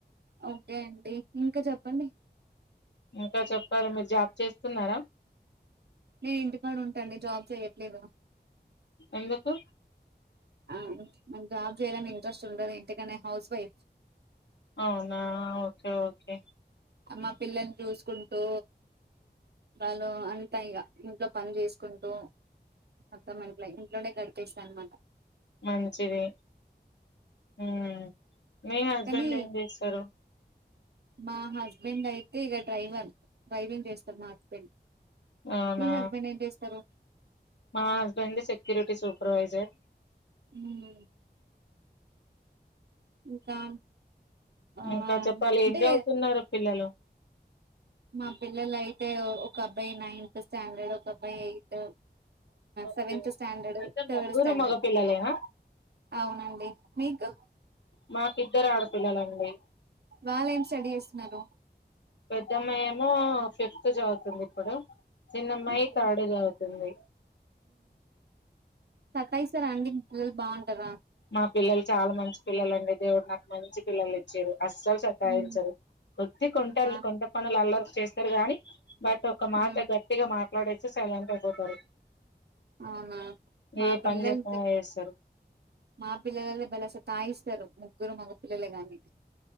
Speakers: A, on the right; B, on the left.
A: okay అండి ఇంకా చెప్పండి
B: ఇంకా చెప్పాలి మీరు జాబ్ చేస్తున్నారా
A: నేను ఇంటి కాడ ఉంటండి జాబ్ చెయట్లేదు
B: ఎందుకు
A: ఆ మ జాబ్ చేయాలని ఇంట్రెస్ట్ ఉండది ఇందుకనే హౌస్ వైఫ్
B: అవునా ఓకే ఓకే
A: మా పిల్లల్ని చూసుకుంటూ వాళ్ళు అంతా ఇంట్లో పని చేసుకుంటూ అత్తమ్మ ఇంట్లో ఇంట్లోనే గాడిప చేస్తానమాట
B: మంచింది ఉ మీ హస్బెండ్
A: కానీ
B: ఏం చేస్తారు
A: మా హస్బెండ్ అయితే ఇక డ్రైవర్ డ్రైవింగ్ చేస్తారు మా హస్బెండ్
B: అవునా
A: మీ హస్బెండ్ ఏం చేస్తారు
B: మా హస్బెండ్ సెక్యూరిటీ సూపర్వైజర్
A: మ్మ్ ఇంకా ఆ
B: ఇంకా చెప్పాలి
A: అంటే
B: ఏం చదువుతున్నారు పిల్లలు
A: మా పిల్లలయితే ఓ ఒకబ్బాయి నైన్త్ స్టాండర్డ్ ఒకబ్బాయి ఎయిత్
B: ఓకే
A: సెవెంత్ స్టాండర్డ్
B: అయితే
A: థర్డ్
B: ముగ్గురు
A: స్టాండర్డ్
B: మగ పిల్లలేనా
A: అవునండి మీకు
B: మాకిద్దరు ఆడపిల్లలండి
A: వాళ్లు ఏం స్టడీ చేస్తున్నారు
B: పెద్దమ్మయి ఏమో ఫిఫ్త్ చదువుతుంది ఇప్పుడు చిన్న అమ్మాయి
A: ఓకే
B: థర్డ్ చదువు ఉంది.
A: సతాయిస్తారా అండి మీది బాగుంటదా
B: మా పిల్లలు చాలా మంచి పిల్లలండి దేవుడు నాకు మంచి పిల్లలు ఇచ్చిర్రు అస్సలు సతాఇంచరు
A: ఉమ్
B: కొద్తి కొంట
A: మా
B: కొంట పనులు అల్లర్ చేస్తారు గాని బట్ ఒక మాట
A: ఉమ్
B: గట్టిగా మాట్ సైలెంట్ అయిపో తరు
A: అవునా మా
B: ఏ
A: పిల్లలు
B: పని చెపూ చేస్తారు
A: మా పిల్లలైతే బలే సతాయిస్తరు ముగ్గురు మొగ పిల్లలే గాని